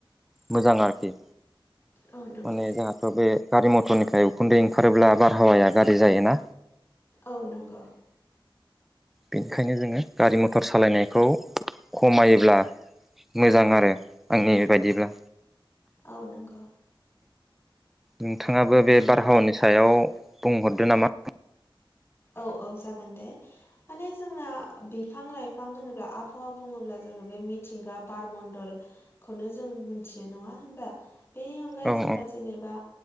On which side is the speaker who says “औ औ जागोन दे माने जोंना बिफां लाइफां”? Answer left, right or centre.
Left